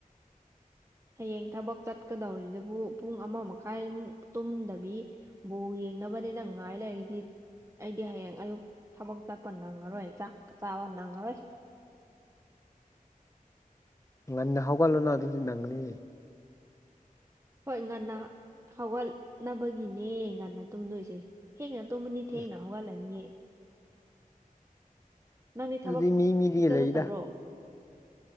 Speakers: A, on the right; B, on the left.
A: ꯍꯌꯦꯡ ꯊꯕꯛ ꯆꯠꯀꯗꯧꯔꯤꯗꯨꯕꯨ ꯄꯨꯡ ꯑꯃ ꯃꯈꯥꯏꯃꯨꯛ ꯇꯨꯝꯗꯕꯤ ꯕꯣꯜ ꯌꯦꯡꯅꯕꯅꯤꯅ ꯉꯥꯏ ꯂꯩꯔꯗꯤ ꯑꯩꯗꯤ ꯍꯌꯦꯡ ꯑꯌꯨꯛ ꯊꯕꯛ ꯆꯠꯄ ꯅꯪꯉꯔꯣꯏ ꯆꯥꯛ ꯆꯥꯕ ꯅꯪꯉꯔꯣꯏ
B: ꯉꯟꯅ ꯍꯧꯒꯠꯂꯣꯅ ꯑꯗꯨꯗꯤ ꯅꯪꯒꯅꯤ
A: ꯍꯣꯏ ꯉꯟꯅ ꯍꯧꯒꯠꯅꯕꯒꯤꯅꯦ ꯉꯟꯅ ꯇꯨꯝꯗꯣꯏꯁꯦ ꯊꯦꯡꯅ ꯇꯨꯝꯃꯅꯤ ꯊꯦꯡꯅ
B: ꯑꯦ
A: ꯍꯧꯒꯠꯂꯅꯤ ꯅꯪꯗꯤ ꯊꯕꯛ
B: ꯑꯗꯨꯗꯤ ꯃꯤ ꯃꯤꯗ
A: ꯁꯨꯛꯆꯠ
B: ꯂꯩꯗ
A: ꯆꯠꯇꯕ꯭ꯔꯣ